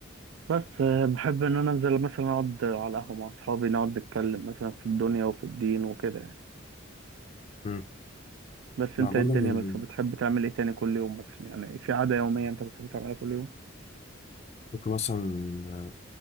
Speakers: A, on the right; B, on the left.
A: بس آه، بحب ان انا انزل مثلا اقعد على قهوه مع اصحابي نقعد نتكلم مثلا في الدنيا وفي الدين وكده يعني
B: امم
A: بس
B: ما
A: انت
B: برضه
A: إيه الدنيا
B: من-
A: مثلا بتحب تعمل ايه تاني كل يوم مثلا يعني في عاده يوميه انت بتحب تعملها كل يوم
B: ممكن مثلا آه،